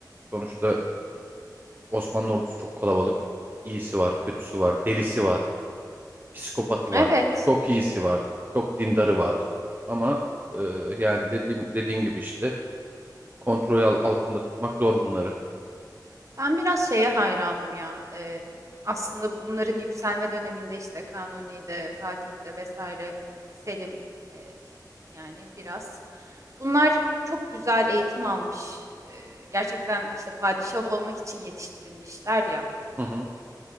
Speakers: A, on the right; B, on the right.
A: sonuçta Osmanlı ordusu çok kalabalık. İyisi var, kötüsü var, delisi var, psikopatı var.
B: Evet.
A: Çok iyisi var, çok dindarı var. Ama e, yani dediğim dediğin gibi işte kontrol al- altında tutmak zor bunları.
B: Ben biraz şeye hayranım ya. Ee, aslında bunların yükselme döneminde işte Kanuni'de, Fatih'te vesaire Selim e, yani biraz. Bunlar çok güzel eğitim almış. Ee, gerçekten işte padişah olmak için yetiştirilmişler ya.
A: Hı hı,